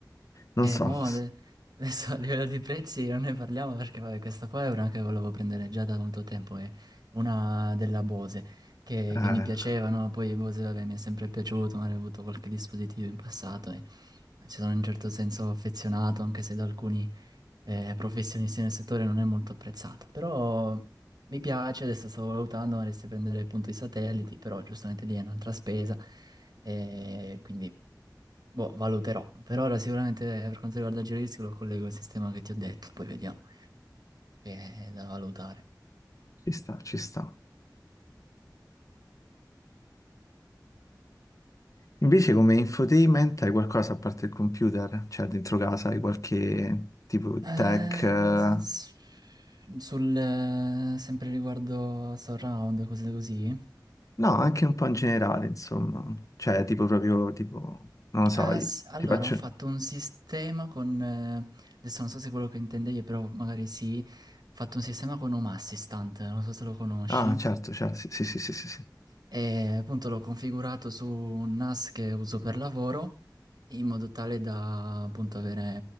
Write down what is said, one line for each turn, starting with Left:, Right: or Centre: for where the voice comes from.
Left: non
Right: E
Left: so,
Right: mo
Left: s-
Right: ade- adesso a livello di prezzi non ne parliamo perché vabbè, questa qua è una che volevo prendere già da molto tempo, è una della Bose che,
Left: eh,
Right: che mi piaceva, no? Poi Bose vabbè, mi è sempre piaciuto, ma avevo avuto qualche dispositivo in passato e ci sono in un certo senso affezionato anche se da alcuni eh, professionista nel settore non è molto apprezzata, però mi piace, adesso stavo valutando, vorresti prendere appunto i satelliti, però giustamente lì è un'altra spesa, e quindi boh, valuterò. Per ora sicuramente eh, per quanto riguarda il giro di rischio lo collego al sistema che ti ho detto, poi vediamo, che è da valutare.
Left: ci sta, ci sta. Invece come infotainment hai qualcosa a parte il computer? Cioè dentro casa hai qualche tipo
Right: Ehm,
Left: tech? eh,
Right: s- sul, eh, sempre riguardo surround, cose così,
Left: No, anche un po' in generale, insomma. Cioè tipo proprio tipo, non lo so,
Right: Ah,
Left: i-
Right: s- allora,
Left: ti faccio...
Right: ho fatto un sistema con... eh, adesso non so se è quello che intendevi, però magari sì. Ho fatto un sistema con Home Assistant, non so se lo conosci.
Left: Ah, certo, certo, sì, sì, sì, sì, sì. sì.
Right: E appunto l'ho configurato su un NAS che uso per lavoro, in modo tale da appunto avere